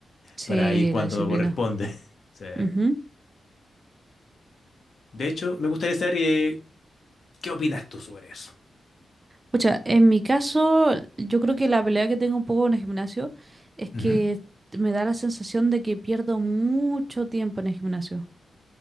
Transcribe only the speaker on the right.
Sí,
la disciplina.
Ujú.
Pucha, en mi caso, yo creo que la pelea que tengo un poco en el gimnasio es que
me da la sensación de que pierdo mucho tiempo en el gimnasio.